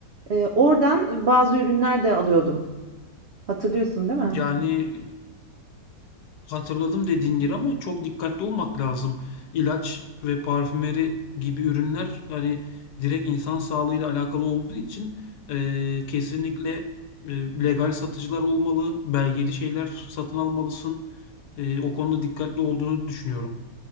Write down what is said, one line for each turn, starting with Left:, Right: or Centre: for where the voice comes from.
Right: E, oradan bazı ürünler de alıyordum. Hatırlıyorsun, değil mi?
Left: Yani Hatırladım dediğin yeri ama çok dikkatli olmak lazım. İlaç ve parfümeri gibi ürünler hani direkt insan sağlığıyla alakalı olduğu için eee, kesinlikle eee, legal satıcılar olmalı, belgeli şeyler satın almalısın. Eee, o konuda dikkatli olduğunu düşünüyorum.